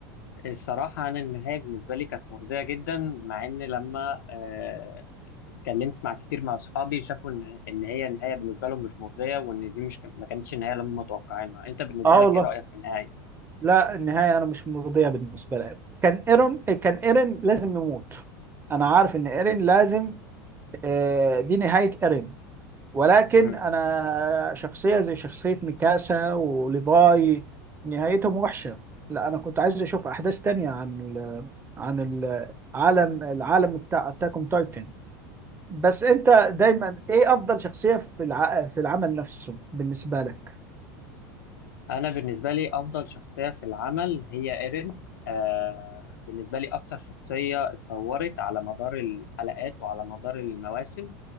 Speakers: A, on the left (about 75°); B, on the right (about 20°).
A: الصراحة أنا النهاية بالنسبة لي كانت مرضية جدا مع إن لما آه، اتكلمت مع كتير مع أصحابي شافوا إن إن هي النهاية بالنسبة لهم مش مرضية وإن دي مش ما كانتش النهاية اللي هم متوقعينها، أنت بالنسبة
B: آه
A: لك
B: والله
A: إيه رأيك في النهاية؟
B: لا النهاية أنا مش مرضية بالنسبة لي كان إيرون كان إيرين لازم يموت أنا عارف إن إيرين لازم آه، دي نهاية إيرين ولكن
A: امم
B: أنا شخصية زي شخصية ميكاسا وليفاي نهايتهم وحشة لا أنا كنت عايز أشوف أحداث تانية عن ال عن العالم العالم بتاع أتاك أون تايتن بس أنت دايما إيه أفضل شخصية في الع... في العمل نفسه بالنسبة لك؟
A: أنا بالنسبة لي أفضل شخصية في العمل هي إيرين آه، بالنسبة لي أكتر شخصية اتطورت على مدار الحلقات وعلى مدار المواسم